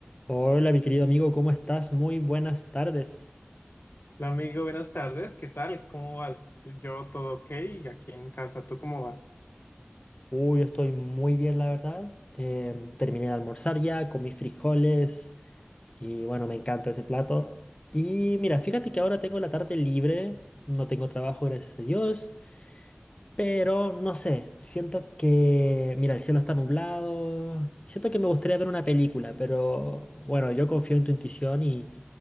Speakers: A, on the left (about 30°); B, on the left (about 55°).
A: Hola, mi querido amigo, ¿cómo estás? Muy buenas tardes.
B: Hola amigo, buenas tardes, ¿qué tal? ¿Cómo vas? Yo todo ok, aquí en casa, ¿tú cómo vas?
A: Uy, yo estoy muy bien, la verdad. Em, terminé de almorzar ya con mis frijoles y bueno, me encanta ese plato. Y mira, fíjate que ahora tengo la tarde libre, no tengo trabajo, gracias a Dios, pero no sé, siento que, mira, el cielo está nublado y siento que me gustaría ver una película, pero bueno, yo confío en tu intuición y,